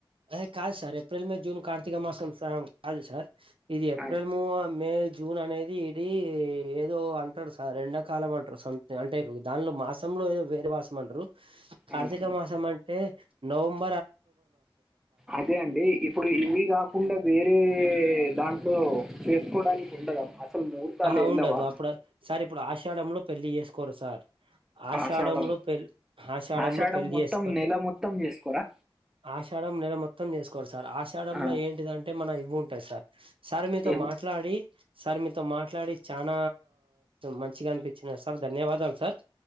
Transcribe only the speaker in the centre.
ఆ,
ఉమ్.
అదే అండి ఇప్పుడు ఇవి కాకుండా వేరే దాం ట్లో చేసుకోవడానికి ఉండదా అసలు ముహూర్తాలు
వెళ్ళవా
ఆషాఢం
ఆషాఢం
మొత్తం
నెల మొత్తం చేసుకోరా
ఆ,
ఏం-